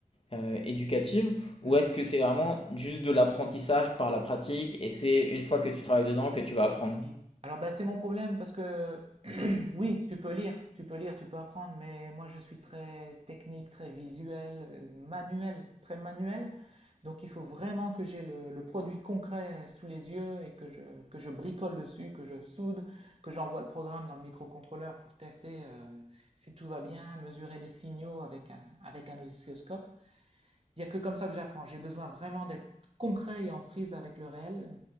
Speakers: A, on the left; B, on the right.
A: euh, éducative
B: Hmm
A: ou est-ce que c'est vraiment juste de l'apprentissage par la pratique et c'est une fois que tu travailles dedans que tu vas apprendre?
B: Si. Alors ben, c'est mon problème parce que Oui, tu peux lire, tu peux lire, tu peux apprendre, mais moi je suis très technique, très visuel, euh, manuel, très manuel. Donc il faut vraiment que j'ai le, le produit concret sous les yeux et que je, que je bricole dessus, que je soude, que j'envoie le programme dans le microcontrôleur pour tester euh, si tout va bien, mesurer les signaux avec un, avec un oscilloscope. Il n'y a que comme ça que j'apprends. J'ai besoin vraiment d'être concret et en prise avec le réel.